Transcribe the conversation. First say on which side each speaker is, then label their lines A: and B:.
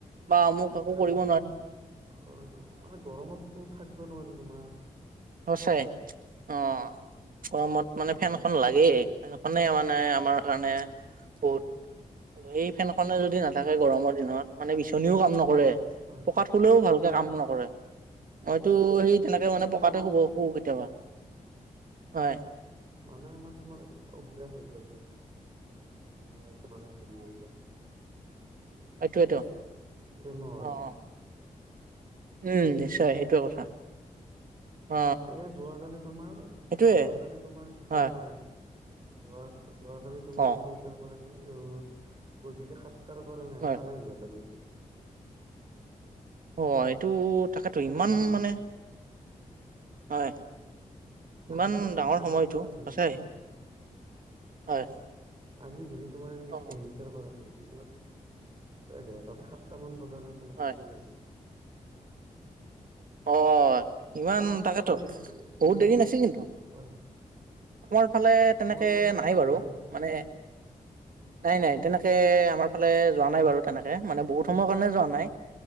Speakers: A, on the right; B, on the right.
A: বা আমুক একো
B: চাৰ্জ
A: কৰিব
B: দিব নোৱাৰি। হয়। হয়। মানে গৰমতটো থাকব নোৱাৰি। তোমাৰ
A: সচাই অ', গৰমত মানে
B: লাইট
A: ফেনখন লাগেই। ফেনখনে মানে আমাৰ কাৰণে
B: লাগে
A: বহুত এই ফেনখনে যদি নাথাকে। গৰমৰ দিনত, মানে বিচনীও কাম নকৰে।
B: হয়।
A: কাত শুলেও ভালকে কাম নকৰে।
B: ন
A: মইতো সেই তেনেকে মানে
B: এতিয়া
A: পকাতে
B: আমাৰ
A: শুব শুউ কেতিয়াবা। হয়
B: মানে আমাৰ তোমাৰ অভ্যাস হৈ গ'ল মানে তোমাৰ ইটো মানে হেৰি হৈ গ'ল।
A: এইটোয়েটো,
B: এতিয়া নহ'ল
A: অ', অ'। উম,
B: তেনেকুৱা
A: নিশ্চয় সেইটোৱে কথা। অ
B: এ যোৱাকালি তোমাৰ,
A: সেইটোয়ে
B: যোৱাকালি তোমাৰ হেৰিতাৰ
A: হয়
B: পৰাই নাই। যোৱা যোৱাকালি তোমাৰ
A: অ
B: কেইটাৰ পৰা নাই? অ' গধূলি সাত তাৰ পৰা নাই
A: হয়
B: চাৰে এঘাৰটালৈকে।
A: অ' এইটো তাকেতো, ইমান
B: আজি
A: মানে হয়। ইমান
B: আজি তোমাৰ
A: ডাঙৰ
B: আজি
A: সময়টো,
B: তোমাৰ ঘূৰি
A: আছে,
B: হেৰি
A: হয়।
B: আজি ঘূৰি তোমাৰ এই
A: অ
B: হেৰিতাৰ পৰা নাই। দিনৰ এঘাৰটা এ সাতটা মান বজালৈকে নাছিলে
A: হয়
B: লাইট।
A: অ' ইমান,
B: তোমালোকৰ
A: তাকেতো,
B: ফালে
A: বহুত
B: গৈ
A: দেৰি
B: আছে
A: নাছিল কিন্তু
B: হয়
A: <unintelligible> মাৰ ফালে তেনেকে
B: তোমালোকৰ ফালে
A: নাই বাৰু,
B: যায়নে
A: মানে নাই নাই তেনেকে আমাৰ ফালে যোৱা নাই বাৰু তেনেকে, মানে বহুত সময়ৰ কাৰণে যোৱা নাই।